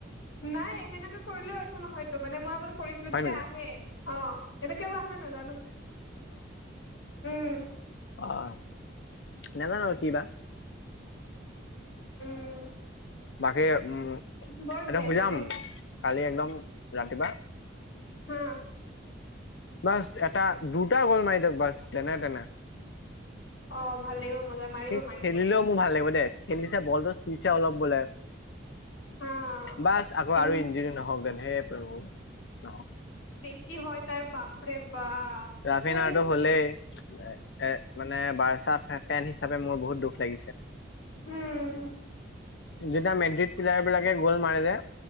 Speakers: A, on the left; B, on the left.
A: নাই সেনেকে কৰিলেও একো নহয়তো মানে মই আ কৰিছিলো
B: হয়
A: তেতিয়া
B: নেকি
A: আহে অ এতিয়া কিয়বা আহা নাই নাজানো। উম
B: অহ নেজানো আৰু কি বা।
A: <inaudible>
B: বাকী উম,
A: বৰ
B: এতিয়া
A: জেং
B: শুই যাম
A: দে
B: কালি একদম ৰাতিপুৱা
A: হু।
B: বাছ এটা দুটা গ'ল মাৰি দিয়ক বাছ তেনে তেনে
A: অ ভাল লাগিব মজা মাৰিব
B: সি
A: মাৰিব
B: খেলিলেও মোৰ ভাল লাগিব দেই, খেলিছে বলটো চুইচে অলপ বোলে।
A: হা
B: বাচ আকৌ আৰু ইনযুৰি নহওক দেন হেই প্ৰভু নহক।
A: কি হয় তাৰ বাপৰে। বাপ
B: ৰাফিন
A: সেই
B: আৰুটো হ'লেই এ মানে বাৰছা ফেন হিচাপে মোৰ বহুত দুখ লাগিছে।
A: উম
B: যেতিয়া মেড্ৰিদ পিলাৰ। <unintelligible> গল মাৰিলে